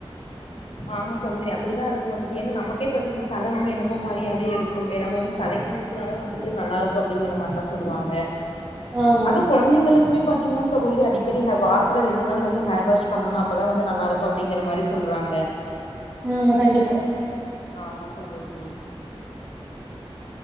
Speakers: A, on the left (about 65°); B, on the right (about 35°).
A: ஆமா சகோதரி அப்டிதா இருக்கு வந்துட்டு ஏன்னா நமக்கே பாத்தீங்கன்னா தல வந்து என்னமோ மாரியாவே இருக்கு நம்ம வந்து தலைக்கு ஊத்துனாதா வந்துட்டு நல்லா இருக்கு அப்டிங்கிற மாரிலா சொல்லுவாங்க
B: ஆமா
A: அது கொழந்தைங்களுக்குமே பாத்தீங்கன்னா சகோதரி அடிக்கடிஹ வார இது ரெண்டு நாள் வந்து ஹேர் வாஷ் பண்ணனு அப்தான் வந்து நல்லா இருக்கு அப்டிங்கிற மாரி சொல்றாங்க
B: ஆமா கண்டிப்பா
A: ஆமா சகோதிரி